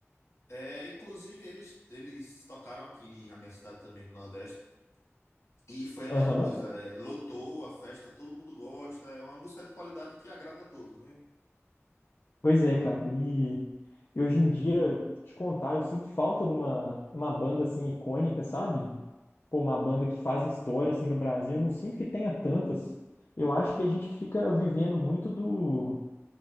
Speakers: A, on the left; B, on the left.
A: É, inclusive, eles, eles tocaram aqui em- na minha cidade também, no Nordeste. E foi a
B: Aham.
A: mesma coisa. É, lotou a festa, todo mundo gosta. É uma música de qualidade que agrada a todos, né?
B: Pois é, cara. E, e hoje em dia, te contar, eu sinto falta de uma, uma banda assim icônica, sabe? Pô, uma banda que faz história assim no Brasil, eu não sinto que tenha tantas. Eu acho que a gente fica vivendo muito do,